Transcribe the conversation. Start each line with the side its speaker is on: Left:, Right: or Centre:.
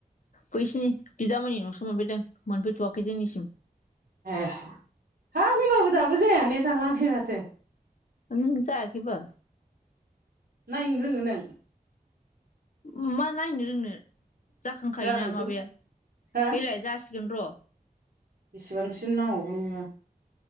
Left: बैसिनि बिदामोननि न'सो मोनफैदों मोनफैथ'वाखै जोंनिसिम
Right: ए हाब <unintelligible> दाबो जाया ने दानालाङाखै माथो
Left: उम जायाखैबा
Right: नायनो रोङो नों
Left: ओम मा नायनो रोंनो जाखांखायोना
Right: जानायखौ
Left: माबाया
Right: हो
Left: बैलाय जासिगोन र'
Right: एसेबांसिन नांगौ नोङो